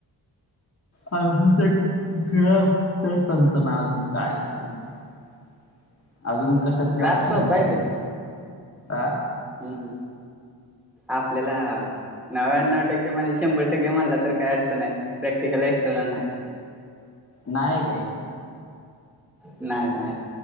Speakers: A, on the left (about 35°); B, in the centre.
A: अजून काय त ग तंन तंना अजून काय करनार अजून कशात
B: ग्राफ
A: काय नाई
B: सोपा
A: अ
B: हम् हम् आपल्याला नव्याण्णव टक्के म्हणजे शंभर टक्के म्हणला तर काय अडचण नाय प्रॅक्टिकल एक्स्टर्नल नाही
A: नाही ग
B: नाही नाही